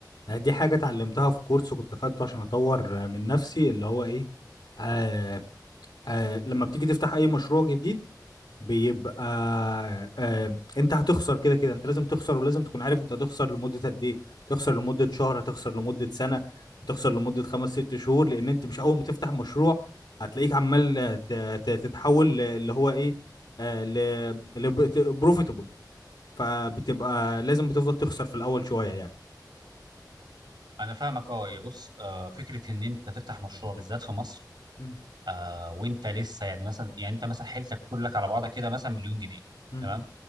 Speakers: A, on the left (about 75°); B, on the right (about 80°).
A: يعني دي حاجة اتعلمتها في كورس كنت خدته عشان أطور من نفسي اللي هو إيه آه، آه لما بتيجي تفتح اي مشروع جديد بيبقى آه انت هتخسر كده كده انت لازم تخسر ولازم تكون عارف انت هتخسر لمدة قد ايه تخسر لمدة شهر هتخسر لمدة سنة هتخسر لمدة خمس ست شهور لان انت مش اول ما تفتح مشروع هتلاقيك عمال آه، ت- ت- تتحول ل- اللي هو ايه آه ل بروفيتبل فبتبقى لازم بتفضل تخسر في الاول شوية يعني
B: انا فاهمك اه يا بص آه فكره ان انت تفتح مشروع بالذات في مصر
A: مم،
B: آه وانت لسه يعني مثلا يعني انت مثلا حيلتك كلك على بعضها كده مثلا مليون جنيه
A: مم،
B: تمام